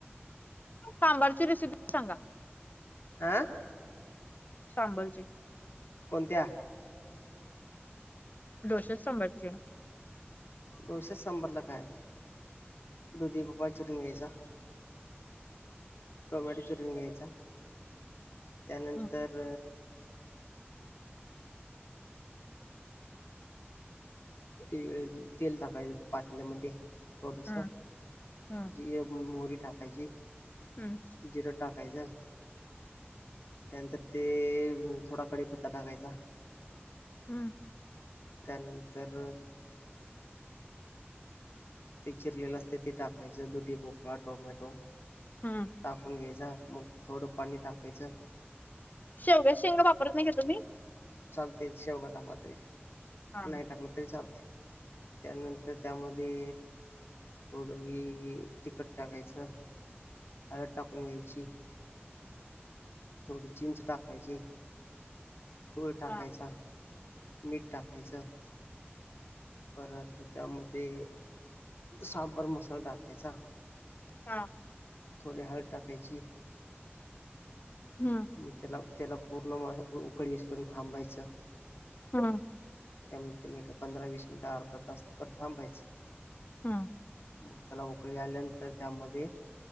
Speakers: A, on the left; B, on the left.
A: सांबारची रेसिपी सांगा.
B: आ!
A: सांबरची.
B: कोणत्या?
A: डोसे सांबरचे.
B: डोसे सांभरला काय दुधी भोपळा चिरून घ्यायचा. टोमॅटो चीरून घ्यायचा त्यानंतर
A: हं,
B: ते तेल टाकायचं पातल्यामध्ये थोडस
A: हं, हं,
B: जी मोहरी टाकायची.
A: हम्म!
B: जिर टाकायच. त्यानंतर ते थोडा कडीपत्ता टाकायचा.
A: हम्म!
B: त्यानंतर ते चिरलेल असतय ते टाकायचं दुधी भोपळा टोमॅटो
A: हं.
B: टाकून घ्यायचा मग थोडं पाणी टाकायचं.
A: शेवग्याच्या शेंगा वापरत नाही का तुम्ही?
B: चालतय शेवगा टाकला तरी,
A: हां,
B: नाही
A: हां,
B: टाकला तरी चालते त्यानंतर त्यामध्ये थोडं मी तिकट टाकायचं. हळद टाकून घ्यायची, थोडी चिंच टाकायची. कोळ टाकायचा.
A: हां,
B: मीठ टाकायचं परत त्यामध्ये सांबर मसाला टाकायचा.
A: हा!
B: थोडी हळद टाकायची.
A: हम्!
B: मग त्याला त्याला पूर्ण उकळी येस पर्यंत थांबायचं.
A: हा!
B: कमीत कमी एक पंधरा वीस मिनिटं अर्धा तास तर थांबायच.
A: हा!
B: मग त्याला वकळी आल्यानंतर त्यामध्ये.